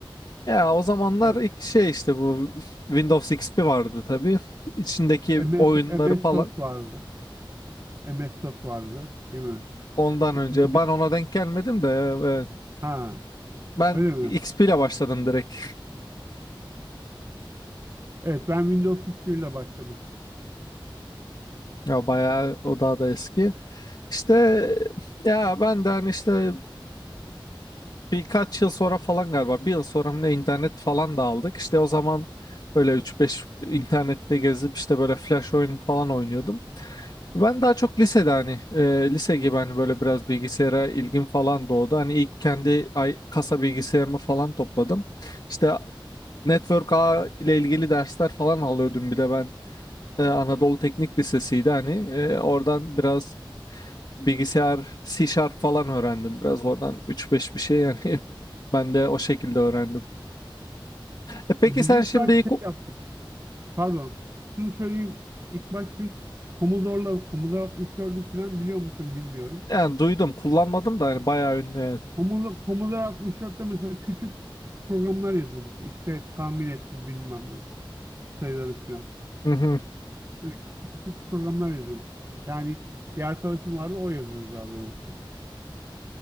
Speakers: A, on the left (about 50°); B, on the right (about 30°).
A: Ya o zamanlar
B: Evet.
A: ilk şey işte bu Windows XP vardı tabii. İçindeki
B: MS,
A: oyunları
B: MS
A: falan
B: sos vardı. MS sos vardı, değil mi?
A: ondan
B: İçinde
A: önce.
B: bir
A: Ben ona denk gelmedim de ya, evet.
B: ha
A: Ben
B: öyle mi?
A: XP ile başladım direkt.
B: Evet ben Windows 3.1 ile başladım.
A: Ya bayağı o daha da eski. İşte ya ben de hani işte birkaç yıl sonra falan galiba bir yıl sonra mı ne internet falan da aldık. İşte o zaman böyle üç beş internette gezip işte böyle flash oyun falan oynuyordum. Ben daha çok lisede hani e, lise gibi hani böyle biraz bilgisayara ilgim falan doğdu. Hani ilk kendi ay, kasa bilgisayarımı falan topladım. İşte Network ağ ile ilgili dersler falan alıyordum bir de ben. E, Anadolu Teknik Lisesi'ydi hani E, oradan biraz bilgisayar C Sharp falan öğrendim. Biraz oradan üç beş bir şey yani <laughs> ben de o şekilde öğrendim. E peki
B: E, Biz
A: sen
B: ilk
A: şimdi
B: baş
A: ilk-
B: şey yaptık. Pardon. Şunu söyleyeyim. İlk baş biz Commodore'la Commodore 64'ü falan biliyor musun bilmiyorum.
A: yani duydum kullanmadım da hani bayağı ünlü evet.
B: Commodore, Commodore 64'te mesela küçük programlar yazıyorduk. İşte tahmin etme bilmem ne sayıları falan.
A: Hı hı.
B: Hani küçük küçük programlar yazıyorduk. Yani bir arkadaşım vardı o yazıyordu daha doğrusu.